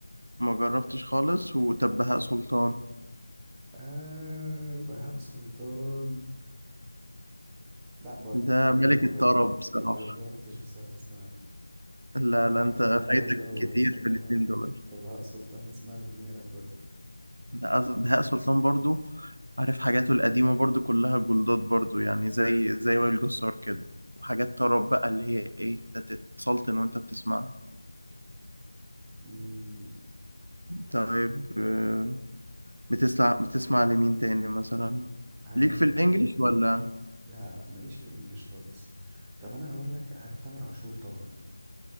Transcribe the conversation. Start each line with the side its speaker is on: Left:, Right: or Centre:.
Right: ما جربتش خالص وطب بهاء سلطان
Centre: آه بهاء سلطان لا برضه
Right: ده
Centre: تقريبا
Right: ملك
Centre: ما
Right: الطرب
Centre: جرب
Right: بصراحة
Centre: ما جربتش بصراحة اسمع له
Right: لا
Centre: انا
Right: لا
Centre: اعرف
Right: انت فايتك
Centre: ان هو طيب قوي
Right: كتير
Centre: بس انما
Right: في الاتنين دول
Centre: كبهاء سلطان اسمع له اغنية لا برضه
Right: لا أص- بهاء سلطان برضو عارف حاجاته القديمة برضو كلها جلدات برضو يعني زي زي وائل جسار كده وحاجات طرب بقى اللي هي ايه انت تتسلطن وانت بتسمعها
Centre: مم،
Right: طيب آه، بتسمع بتسمع لمين تاني مثلا
Centre: عارف
Right: ليك في الانجليش ولا
Centre: لا لا ماليش في الانجليش خالص طب انا هقول لك عارف تامر عاشور طبعا